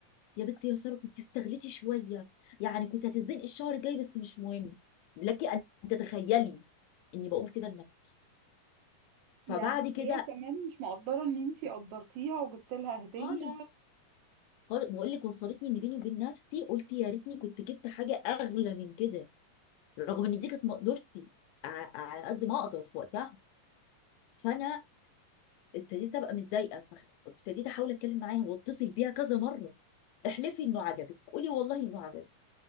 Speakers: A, on the left; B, on the right.
A: يا بنت يا ساره كنت استغلتي شويه يعني كنت هتتزنقي الشهر الجاي بس مش مهم لك ان تتخيلي اني بقول كده لنفسي
B: يعني
A: فبعد كده
B: هي كمان مش مقدرة ان انتي قدرتيها وجبت لها هدية
A: خالص خالص- بقول لك وصلتني ان بيني وبين نفسي قلت يا ريتني كنت جبت حاجه اغلى من كده رغم ان دي كانت مقدرتي ع- على قد ما اقدر في وقتها فانا ابتديت ابقى متضايقه فابتديت احاول اتكلم معاها واتصل بيها كذا مره احلفي انه عجبك قولي والله انه عجبك